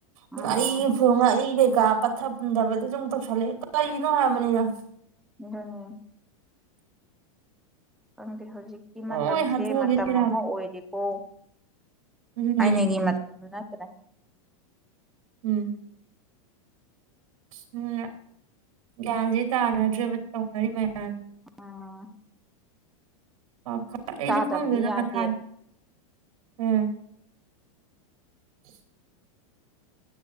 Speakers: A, in the centre; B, on the right (about 70°).
A: ꯎꯝ
B: ꯉꯔꯤ ꯐꯨ ꯉꯔꯤ ꯀ ꯀ ꯄꯊ ꯍꯟꯗꯕꯗꯣ ꯑꯗꯨꯝ ꯇꯧꯁꯜꯂꯑꯦ ꯀꯔꯤꯅꯣ ꯍꯥꯏꯕꯅꯤ ꯅꯪ
A: ꯎꯝ ꯍꯪꯦ ꯍꯧꯖꯤꯛꯀꯤ ꯃꯇꯝꯁꯦ
B: ꯂꯣꯏ ꯍꯥꯠꯇꯣꯛꯑꯒꯦꯔꯥꯕ
A: ꯃꯇꯝ ꯑꯃ ꯑꯣꯏꯔꯤꯕ ꯑꯣ
B: ꯑꯗꯨꯅꯦ
A: ꯍꯥꯏꯅꯦ ꯀꯤꯃ ꯎ ꯅꯠꯇ꯭ꯔꯦ
B: ꯎꯝ ꯎꯝ ꯒ꯭ꯌꯥꯟꯁꯦ ꯇꯥꯅꯗ꯭ꯔꯕ ꯇꯧꯅꯔꯤ ꯃꯌꯥꯝ
A: ꯎꯝ
B: ꯑ ꯑꯩꯗꯤ
A: ꯆꯥꯗꯕꯗꯤ
B: ꯈꯪꯉꯗꯦꯅ
A: ꯌꯥꯗꯦ
B: ꯃꯊꯥꯏ ꯎꯝ <unintelligible>